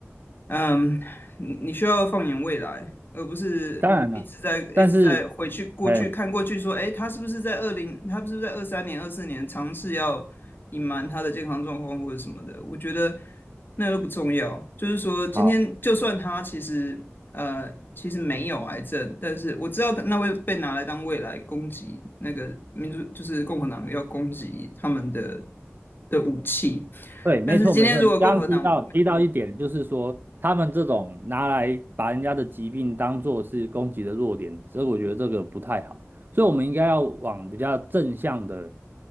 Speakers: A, on the left; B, on the right.
A: 嗯，你你需要放眼未来，而不是一直在一直在回去过去看过去说，
B: 当然了，但是，哎，
A: 诶，他是不是在二零，他是不是在二三年、二四年尝试要隐瞒他的健康状况或者什么的？我觉得那都不重要。就是说，今天就算他其实呃其实没有癌症，
B: 好。
A: 但是我知道那会被拿来当未来攻击那个民主，就是共和党要攻击他们的的武器。
B: 对，没错没错。
A: 但是今天如果共和党
B: 你刚刚提到提到一点，就是说他们这种拿来把人家的疾病当做是攻击的弱点，所以我觉得这个不太好。所以我们应该要往比较正向的